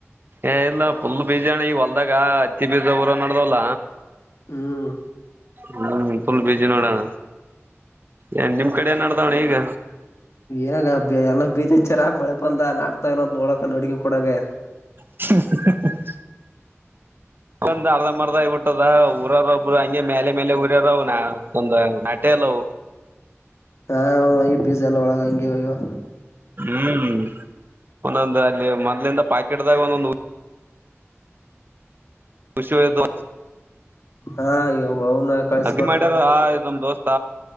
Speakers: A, on the right (about 45°); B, on the left (about 70°).
A: ಏ ಇಲ್ಲ ುಲ್ ಬೀಜಾಣಿ ಈ ಹೊಲ್ದಾಗ ಅತ್ತಿ ಬೀಜ ಊರ ನಡ್ದಲ್ಲ
B: ಹ್ಮ್
A: ಹ್ಮ್ ಫುಲ್ ಬಿಜಿ ನೋಡಣ ಏ ನಿಮ್ ಕಡೆ ನಡ್ದಾವಣ ಈಗ
B: ಏನಾಗ ಎಲ್ಲ ಬೀತಿಚ್ಚರ ಮಳೆ ಬಂದ ನಾಡ್ತಾ ಇಲ್ಲ ನೋಡಕ ನೋಡಕನ್ ಕೊಡಂಗಯ
A: ಹ ಒಂದ್ ಅರ್ಧ ಮರ್ದ ಇಬಿಟ್ಟದ ಊರಾರ ಒಬ್ರು ಹಂಗೆ ಮೇಲೆ ಮೇಲೆ ಊರ್ಯರ ನ ಒಂದ ನಟೆ ಚಲೋ
B: ಹಾ ಬೀಜ ಎಲ್ಲ ಒಳಗ ಹಂಗಗೆವ
A: ಹ್ಮ್ ಒಂದೊಂದು ಅಲ್ಲಿ ಮೊದ್ಲಿಂದ ಪಾಕೆಟ್್ದಾಗ ಒಂದೊಂದು ಖುಷಿವ ದ
B: ಹಾ ಯವ್ವ ಅವನ ಕಳ್ಸಕೊಟ್ರ
A: ಅಗಿ ಮಾಡ್ಯಾರ ಆ ಇದೊಂದ ದೋಸ್ತ